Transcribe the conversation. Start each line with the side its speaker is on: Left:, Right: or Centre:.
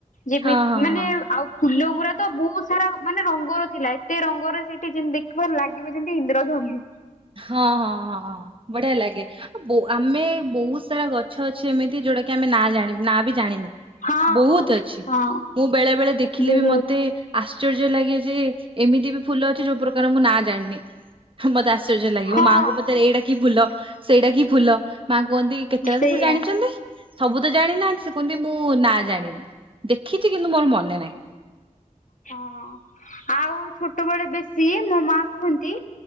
Left: ଯେମିତି
Right: ହଁ ହଁ
Left: ମାନେ
Right: ହଁ
Left: ଆଉ ଫୁଲ ଗୁଡା ତ ବହୁତ ସାରା ମାନେ ରଙ୍ଗର ଥିଲା ଏତେ ରଙ୍ଗର ସେଇଠି ଯେମିତି ଦେଖିବ ଲାଗିବ ଯେମିତି ଇନ୍ଦ୍ରଧନୁ।
Right: ହଁ ହଁ ହଁ ହଁ ବଢିଆ ଲାଗେ ଆ ଆମେ ବହୁତ ସାରା ଗଛ ଛ ଅଛି ଏମିତି ଯଉଟା କି ଆମେ ନା ଜାଣ ନାଁ ବି ଜାଣିନି।
Left: ହଁ
Right: ବହୁତ
Left: ହଁ
Right: ଅଛି
Left: ହଁ
Right: ମୁଁ ବେଳେ ବେଳେ ଦେଖିଲେ
Left: ବହୁତ
Right: ବି ମତେ। ଆଶ୍ଚର୍ଯ୍ୟ ଲାଗେ ଯେ ଏମିତି ବି ଫୁଲ ଅଛି ଯୋଉ ପ୍ରକାର ମୁଁ ନା ଜାଣିନି, ମତେ ଆଶ୍ଚର୍ଯ୍ୟ ଲାଗେ
Left: ହଁ।
Right: ମୁଁ ମାଆଙ୍କ ପଚରେ ଏଇଟା କି ଫୁଲ ସେଇଟା କି ଫୁଲ ମା କୁହନ୍ତି କେତେ
Left: ସେଇଆ
Right: କଥା ସେ ଜାଣିଚନ୍ତି? ସବୁ ତ ଜାଣିନାହାନ୍ତି ସେ କୁହନ୍ତି ମୁଁ ନା ଜାଣିନି ଦେଖିଛି କିନ୍ତୁ ମୋର ମନେ ନାହିଁ।
Left: ହଁ ଆଉ ଛୋଟବେଳେ ବେଶୀ ମୋ ମା କୁହନ୍ତି?